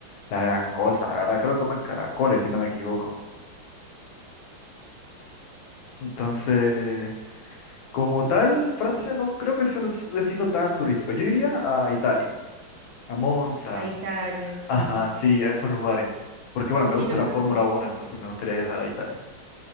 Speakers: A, on the left; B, on the right.
A: la gran cosa, la verdad, creo que comen caracoles, si no me equivoco. Entonces, como tal, Francia no creo que sea un des- destino tan turístico. Yo iría a Italia, a Monza,
B: A Italia, sí.
A: ajá, sí, a esos lugares. Porque bueno, me
B: Sí,
A: gusta
B: yo
A: la
B: creo
A: Fórmula
B: que.
A: Uno entonces me gustaría viajar a Italia.